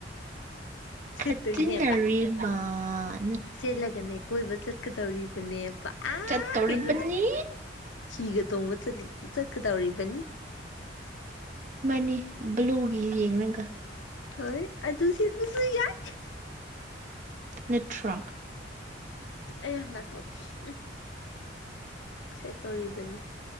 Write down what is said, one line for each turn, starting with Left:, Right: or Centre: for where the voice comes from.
Right: ꯈꯠꯆꯤꯟꯅꯔꯨꯏꯕ
Left: ꯁꯦꯠꯇꯣꯏꯅꯦꯕ
Right: ꯑꯥ
Left: ꯁꯦꯠꯂꯒꯅꯦ ꯀꯣꯏꯕ ꯆꯠꯀꯗꯧꯔꯤꯕꯅꯦ ꯑ ꯑꯥ
Right: ꯆꯠꯇꯧꯔꯤꯕꯅꯤ
Left: ꯀꯩꯅꯣꯗ ꯍꯤꯒ ꯇꯣꯡꯕ ꯆꯠꯀꯗꯧꯔꯤꯕꯅꯤ
Right: ꯅꯤ ꯕ꯭ꯂꯨꯔꯤ ꯌꯦꯡꯂꯦꯒ
Left: ꯍꯣꯏ ꯑꯗꯨꯁꯤ ꯌꯥꯏ
Right: ꯅꯠꯇ꯭ꯔꯥ
Left: ꯑꯌꯥ ꯅꯥꯇꯣꯟ ꯎꯝ ꯁꯦꯠ ꯇꯧꯔꯤꯕꯅꯤ